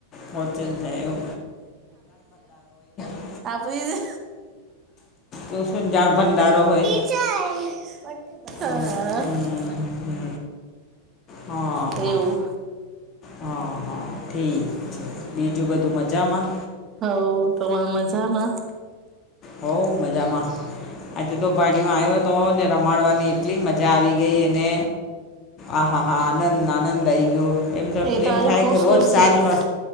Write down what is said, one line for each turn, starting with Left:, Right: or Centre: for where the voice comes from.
Left: પોચી જાય એવુ <unintelligible>
Right: આપણે જે
Left: તો શું જાણ ભડારો હોય.
Right: <unintelligible>
Left: હમ હમ હમ હમ હા,
Right: એવું
Left: હા, હા, હા. ઠીક છે બીજું બધું મજામાં?
Right: હવ તમારા મજામાં?
Left: હોઉ મજામાં આજે તો ભાણીયો આવ્યો તો ને રમાડવાની એટલી મજા આવી ગઈ એને. આહા હા, આનંદ, આનંદ આવી ગયો. એમ
Right: એ તો
Left: એમ
Right: આજે
Left: થાય
Right: ખુશ
Left: કે રોજ
Right: ખુશ
Left: શાંત
Right: થઈ ગયો
Left: પ